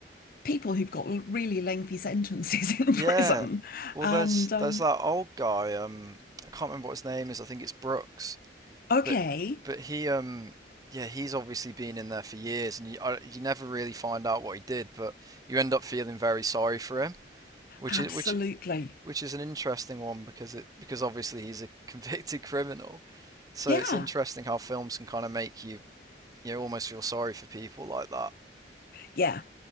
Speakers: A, on the left; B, on the right.
A: people who've got l- really lengthy sentences <laughs> in
B: Yeah.
A: prison?
B: Well,
A: And
B: there's
A: um,
B: there's that old guy. Um, I can't remember what his name is. I think it's Brooks.
A: okay,
B: But but he um yeah he's obviously been in there for years, and you I, you never really find out what he did, but you end up feeling very sorry for him, which
A: absolutely.
B: is which which is an interesting one because it because obviously he's a <laughs> convicted criminal, so
A: Yeah,
B: it's interesting how films can kind of make you you know, almost feel sorry for people like that.
A: yeah,